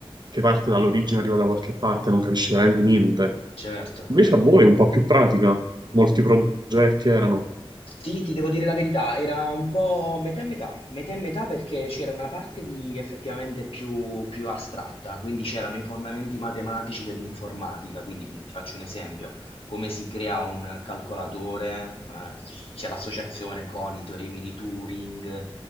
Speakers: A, on the right (about 50°); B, on the left (about 75°).
A: che parte dall'origine, arriva da qualche parte, non capisci veramente niente.
B: certo.
A: Invece a voi è un po' più pratica, molti progetti erano.
B: Sì, ti devo dire la verità, era un po' metà e metà, metà e metà perché c'era una parte di effettivamente più, più astratta, quindi c'erano i fondamenti matematici dell'informatica, quindi ti faccio un esempio, come si crea un calcolatore, eh, c'è l'associazione con i teoremi di Turing,